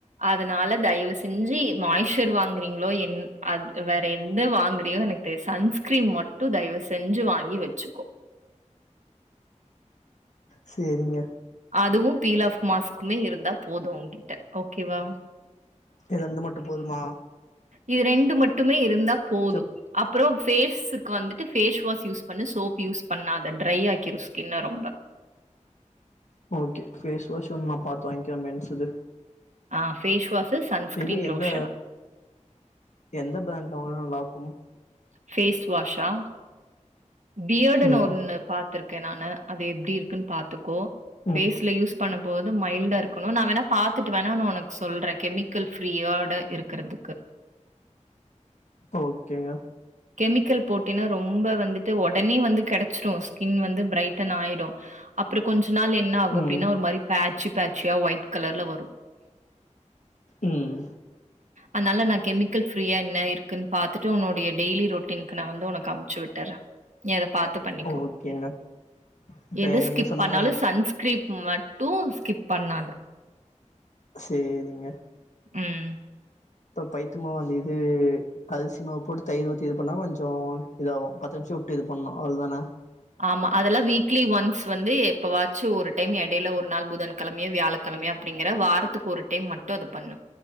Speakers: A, on the right (about 70°); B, on the left (about 70°).
A: அதனால தயவு செஞ்சு மாய்ஷர் வாங்குறீங்களோ என் அ வே ம் எந்த வாங்குறீயோ எனக் தெரி சன்ஸ்கிரீம் மட்டு தயவு செஞ்சு வாங்கி வச்சுக்கோ
B: சேரிங்க
A: அதுவும் பீல் ஆஃப் மாஸ்க்குமே இருந்தா போது உங்கிட்ட ஓகேவா
B: இது ரெண்டு மட்டு போதுமா
A: இது ரெண்டு மட்டுமே இருந்தா போது
B: சரி
A: அப்புற ஃபேஸுக்கு வந்துட்டு ஃபேஸ் வாஷ் யூஸ் பண்ணு சோப் யூஸ் பண்ணாத ட்ரை ஆக்கிரு ஸ்கின்ன ரொம்ப
B: ஓகே ஃபேஸ் வாஷ் ஒன் நா பாத்து வாங்கிக்கிற மென்ஸ் இது
A: ஆ ஃபேஸ் வாஷு சன்ஸ்கிரீன்
B: இது எந்த
A: லோஷனா
B: எந்த ப்ராண்ட்ல வாங்குனா நல்லாருக்கும்
A: ஃபேஸ் வாஷா பியர்டுனு
B: ம்.
A: ஒன்னு பாத்துருக்க நானு அது எப்டி இருக்குன்னு பாத்துக்கோ
B: ம்.
A: ஃபேஸ்ல யூஸ் பண்ணும் போது மைல்டா இருக்கணு நா வேணா பாத்துட்டு வேணா நா ஒனக்கு சொல்றே கெமிக் க்கல் ஃப்ரீயோட இருக்கறதுக்கு
B: தோ ஓக்கேங்க
A: கெமிக்கல் போட்டுனா ரொம்ப வந்துட்டு ஒடனே வந்து கெடைச்சிரு ஸ்கின் வந்து ப்ரைட்டன் ஆயிடூ அப்றோ கொஞ்ச நாள் என்ன ஆகூ
B: ம்.
A: அப்டின்னா ஒரு மாரி பேஜ் பேஜ்சியா ஒயிட் கலர்ல வரு
B: ம்
A: அன்னால நா கெமிக்கல் ஃப்ரீயா என்ன இருக்குன் பாத்துட்டு உன்னுடைய டெய்லி ரொட்டீன்க்கு நா வந்து உனக்கு அம்ச்சு விட்டுற நீ அத பாத்து பண்ணிக்கோ
B: ஓகேங்க. இப்ப
A: எது ஸ்கிப்
B: நீங்க சொன்ன
A: பண்ணாலு
B: அந்த
A: சன்ஸ் கிரீப் மட்டு ஸ்கிப் பண்ணாத
B: சேரிங்க
A: ம்
B: அக்கா பயித்தமாவு அந்த இது அரிசிமாவு போட்டு தயிர் ஊத்தி இது பண்ணா கொஞ்சோ இதாவு பத்து நிமிஷ விட்டு இது பண்ணு அவ்ளோதானே
A: ஆமா அதெல்லா வீக்லி ஒன்ஸ் வந்து எப்பவாச்சு ஒரு டைம் எடையில ஒரு நாள் புதன்கிழமையோ வியாழக்கிழமையோ அப்டிங்கற வாரத்துக்கு ஒரு டைம் மட்டு அத பண்ணு